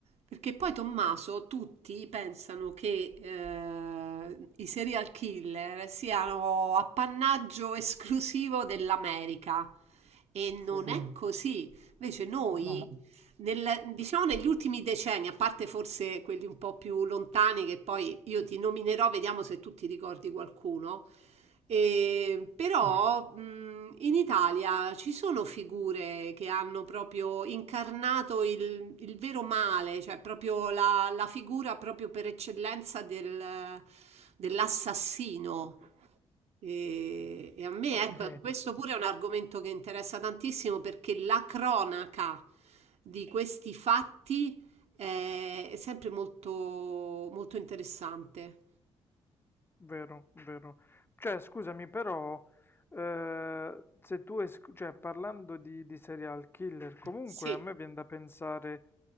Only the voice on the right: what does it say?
Perché poi Tommaso, tutti pensano che eh, i serial killer siano appannaggio esclusivo dell'America. E non
è così. Invece noi,
No. nel- diciamo negli ultimi decenni, a parte forse quelli un po' più lontani, che poi io ti nominerò, vediamo se tu ti ricordi qualcuno, e- però mh, in Italia ci sono figure che hanno proprio incarnato il, il vero male, cioè proprio la, la figura proprio per eccellenza del- dell'assassino. E, e a me,
ecco, questo pure è un argomento che interessa tantissimo perché la cronaca di questi fatti è, è sempre molto, molto interessante.
Sì.